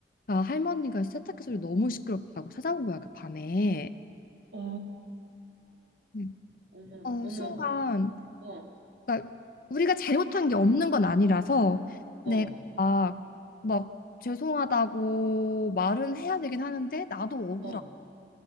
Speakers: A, on the left; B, on the right.
A: 아, 할머니가 세탁기 소리 너무 시끄럽다고 찾아온 거야 그 밤에
B: 오,
A: 음.
B: 어머,
A: 어,
B: 어머,
A: 순간
B: 어,
A: 그러니까 우리가 잘못한 게 없는 건 아니라서 내가
B: 어,
A: 막, 막 죄송하다고 말은 해야 되긴 하는데 나도 억울하고
B: 어.